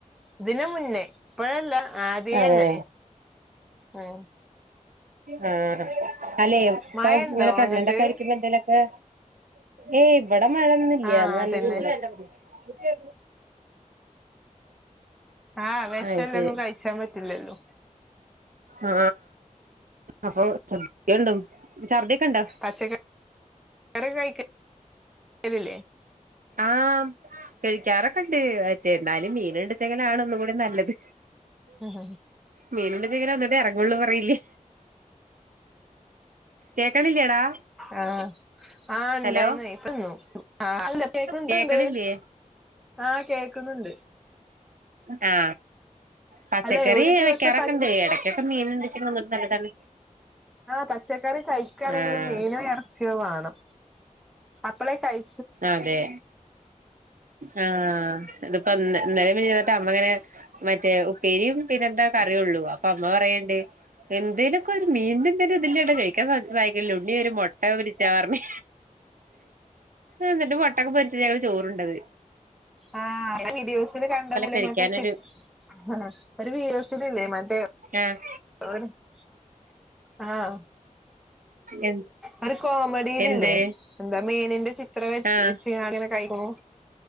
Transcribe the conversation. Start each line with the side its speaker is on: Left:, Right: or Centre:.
Centre: ഇതിനുമുന്നെ ഇപ്പഴല്ല ആദ്യേ
Right: അതെ
Centre: അങ്ങനെ ആ
Right: ആ അലേ ഇപ്പൊ
Centre: മഴ ഉണ്ടോ
Right: ഇങ്ങനെ പ്രഗ്നന്റ്
Centre: അങ്ങട്ട്
Right: ഒക്കെ ആയിരിക്കുമ്പ എന്തേലൊക്കെ ഏയ് ഇവിടെ മഴൊന്നില്ല
Centre: ആഹ്
Right: ഇന്ന്
Centre: അതന്നെ
Right: നല്ല ചൂട <unintelligible> ഓക്കെ
Centre: ആഹ് വിഷല്ലൊന്നും
Right: അയ് ശരി
Centre: കഴിച്ചാൻ പറ്റില്ലല്ലോ
Right: ആ അപ്പൊ <unintelligible> ഉണ്ടോ
Centre: പച്ചക്കറി കഴിക്കലില്ലെ
Right: ആ കഴിക്കാറക്കെ എണ്ട് മറ്റേ എന്നാലും മീനെടുത്തങ്കിലാണ് ഒന്നും കൂടെ നല്ലത്
Centre: ഉ ഹും
Right: മീനന്റെണ്ടെങ്കിലെ <unintelligible> ഇറങ്ങള്ളൂന്ന് പറയില്ലേ കേക്കണില്ലേടാ
Centre: ആ ആ എണ്ടായിന്നു
Right: ഹലോ
Centre: ഇപ്പനിന്നു കേക്കണ്ട്
Right: കേക്കണില്ലേ
Centre: <unintelligible> ആഹ് കേക്ക്ന്നിണ്ട്
Right: ആ പച്ചക്കറി
Centre: അല്ലെ ഒരു ദിവസം
Right: വെക്കാറൊക്കെ
Centre: പച്ച
Right: ഇണ്ട് എടക്കൊക്കെ മീൻ ഇണ്ടെച്ചെന്ന നല്ലതാണ്
Centre: ആ പച്ചക്കറി കഴിക്കാണെങ്കിലും
Right: ആഹ്
Centre: മീനോ ഇറച്ചിയോ വേണം അപ്പളെ കയി
Right: അതെ ആ ഇതിപ്പോ നെ നെലവി <unintelligible> അമ്മങ്ങനെ മറ്റേ ഉപ്പേരിയും പിന്നെ എന്താ കറിയുള്ളൂ അപ്പൊ അമ്മ പറയണ്ട് എന്തേലുക്കെ ഒരു മീന്റെ എന്തലും ഇതില്ലാതെ കഴിക്കാൻ സാദ് സായിക്കില്ല ഉണ്ണി ഒര് മൊട്ട പൊരിച്ച പർഞ്ഞ് എന്നിട്ട് മൊട്ടക്കെ പൊരിച്ച് ഞങ്ങള് ചോറിണ്ടത്
Centre: ആ വിഡിയോസിൽ കണ്ട പോലെ
Right: കഴിക്കാനൊരു
Centre: മറ്റേ ചി ആ ഒരു <unintelligible> ഇല്ലേ മറ്റേ
Right: ആഹ്
Centre: <unintelligible> ആ
Right: എ
Centre: ഒരു കോമഡിയിലല്ലേ
Right: എന്ത്
Centre: എന്താ മീനിന്റെ ത്ര വെച്
Right: ആഹ്
Centre: വെച്ചിങ്ങടനെ കഴിക്കണു